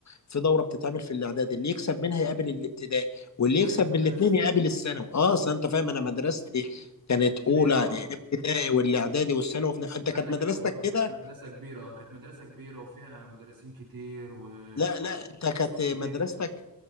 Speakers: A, on the left (about 45°); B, on the right (about 65°).
A: في دوره بتتعمل في الاعدادي اللي يكسب منها يقابل الابتدائي واللي
B: في نفس
A: يكسب
B: المدرسه
A: من الاثنين يقابل الثانوي اه اصل انت فاهم
B: اه
A: انا مدرستي كانت
B: كانت كبيره
A: اولى
B: اه
A: ابتدائي والاعدادي والثانوي وفي- انت
B: ما
A: كانت
B: انا
A: مدرستك
B: كده برضو
A: كده
B: كانت مدرسه كبيره اه كانت مدرسه كبيره وفيها مدرسين كتير و...
A: لا لا انت كانت
B: وفصول
A: مدرستك
B: كتير